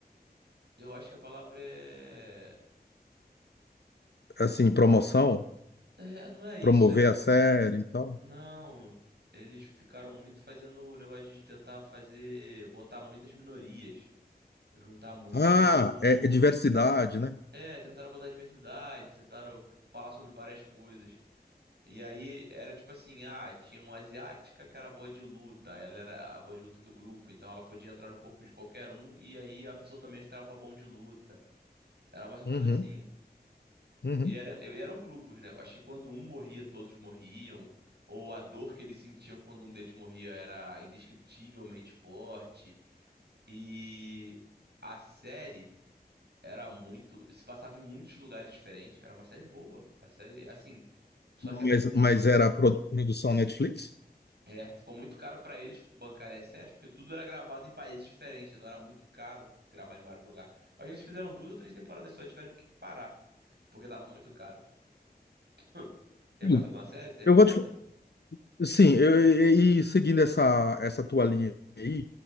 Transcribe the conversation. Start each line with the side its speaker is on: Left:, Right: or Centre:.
Right: Eu acho que a palavra é...
Left: Assim, promoção?
Right: é. Não é isso,
Left: Promover
Right: é que.
Left: a série e tal?
Right: Não. Eles ficaram muito fazendo o negócio de tentar fazer. Botar muitas minorias. Juntar muito.
Left: Ah, é, é diversidade, né?
Right: É, tentaram botar diversidade, tentaram falar sobre várias coisas. E aí era tipo assim: ah, tinha uma asiática que era boa de luta, ela era a boa de luta do grupo, então ela podia entrar no corpo de qualquer um e aí a pessoa também ficava bom de luta. Era mais ou
Left: Uhum,
Right: menos assim.
Left: uhum.
Right: E era, e eram grupos, né? Acho que quando um morria, todos morriam. Ou a dor que eles sentiam quando um deles morria era indescritivelmente forte. E a série era muito. Se passava em muitos lugares diferentes. Era uma série boa. A série, assim. Só que f-
Left: Mas,
Right: ficou.
Left: mas era a produ- produção Netflix?
Right: É, ficou muito caro pra eles bancarem as séries, porque tudo era gravado em países diferentes. Então era muito caro gravar em vários lugares. Aí eles fizeram duas ou três temporadas só e tiveram que parar, porque tava muito caro. Hum, Tem
Left: Sim.
Right: mais alguma série que você recomenda?
Left: Eu vou te, Sim, eu- e, e seguindo essa, essa tua linha aí,